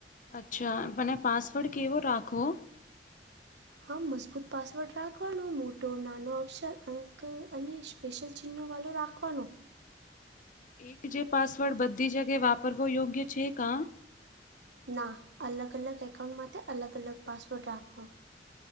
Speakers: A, on the left (about 45°); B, on the right (about 75°).
A: અચ્છા મને પાસવર્ડ કેવો રાખવો
B: હમ મજબૂત પાસવર્ડ રાખવાનો મોટો નાનો અક્ષર અંક અને કેક્શન ચિહ્ન વાળું રાખવાનું
A: એક જે પાસવર્ડ બધી જગ્યા વાપરવો યોગ્ય છે કા
B: ના અલગ અલગ એકાઉન્ટમાં માટે અલગ અલગ પાસવર્ડ રાખો